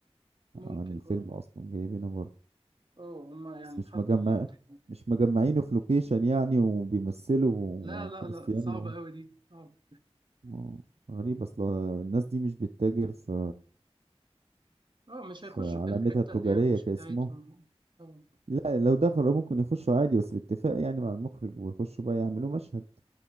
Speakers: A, on the right; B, on the right.
A: ممكن
B: عن الفيلم
A: اه
B: اصلا جايبينه بره
A: اه هم يعني
B: بس مش
A: حطوا
B: مجمع
A: اللقطة
B: مش مجمعينه في لوكيشن يعني وبيمثلوا
A: لا لا
B: كريستيانو
A: لا صعبة أوي دي اه
B: آه، غريب اصلا الناس دي مش بتتاجر في
A: اه مش
B: في
A: هيخشوا
B: علامتها
A: في الحتة
B: التجارية
A: اللي هي مش
B: كاسمه
A: بتاعتهم اه
B: لا لو دخلوا ممكن يخشوا عادي بس بالاتفاق يعني مع المخرج ويخشوا بقى يعملوا مشهد